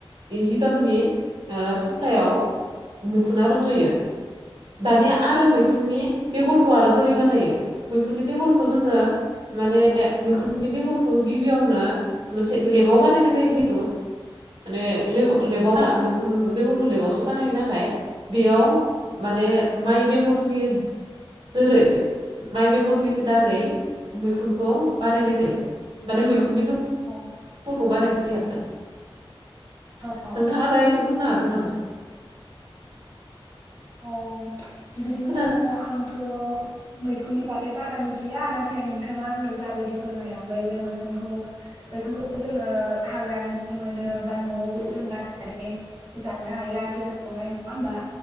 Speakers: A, on the right; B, on the right.
A: जि गामिनि ओ थफ्लायाव मैखुना रज'यो। दानिया आरो मैखुननि बेगरखौ आरो बोरै बानायो मैखुननि बेगरखौ जोङो माने मैखुननि बेगरखौ गिबियावनो मोनसे लेबाव बानायनाय जायो जेरै माने लेबाव मैखुन बेगरखौ लेबावसो बानायो नालाय बेयाव माने माइ बेगरनि जेरै माइ बेगरनि दारै मैखुनखौ बानायनाय जायो माने मैखुननिबो
B: औ
A: <unintelligible> नोंथाङा
B: औ
A: दा एसे बुंनो हागोन नामा?
B: अ बिदिनो
A: खोना
B: आंथ' मैखुननि बागै बारा मिथिया नाथाय नोंथाङा आंनो जाबायदि फोरमायलांबाय जे मैखुनखौ मैखुनखौ जोङो हाग्रानिबो मोनो बा न'आवबो जों बानायनानै जानो हायो आथिखालावहाय नङा होमबा